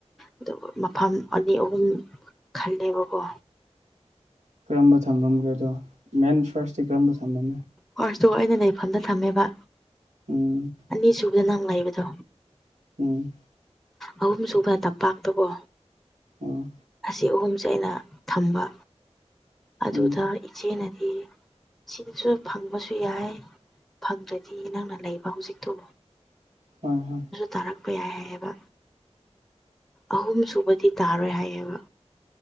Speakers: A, in the centre; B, on the right.
A: ꯑꯗꯨꯒ ꯃꯐꯝ ꯑꯅꯤ ꯑꯍꯨꯝ ꯈꯜꯂꯦꯕꯀꯣ
B: ꯀꯔꯝꯕ ꯊꯝꯃꯝꯒꯦꯗꯣ ꯃꯦꯟ ꯐꯥꯔꯁꯇꯤ ꯀꯔꯝꯕ ꯊꯝꯂꯝꯃꯦ
A: ꯐꯔꯁꯇꯣ ꯑꯩꯅ ꯂꯩꯐꯝꯗ ꯊꯝꯃꯦꯕ
B: ꯎꯝ
A: ꯑꯅꯤꯁꯨꯕꯗ ꯅꯪ ꯂꯩꯕꯗꯣ
B: ꯎꯝ
A: ꯑꯍꯨꯝ ꯁꯨꯕ ꯇꯝꯄꯥꯛꯇꯕꯣ
B: ꯑꯣ <inaudible>
A: ꯑꯁꯤ ꯑꯍꯨꯝꯁꯦ ꯑꯩꯅ ꯊꯝꯕ ꯑꯗꯨꯗ
B: ꯎꯝ
A: ꯏꯆꯦꯅꯗꯤ ꯁꯤꯗꯁꯨ ꯐꯪꯕꯁꯨ ꯌꯥꯏ ꯐꯪꯗ꯭ꯔꯗꯤ ꯅꯪꯅ ꯂꯩꯕ ꯍꯧꯖꯤꯛꯇꯨ
B: ꯍꯣꯏ ꯍꯣꯏ
A: ꯇꯥꯔꯛꯄ ꯌꯥꯏ ꯍꯥꯏꯑꯕ ꯑꯍꯨꯝ ꯁꯨꯕꯗꯤ ꯇꯥꯔꯣꯏ ꯍꯥꯏꯑꯕ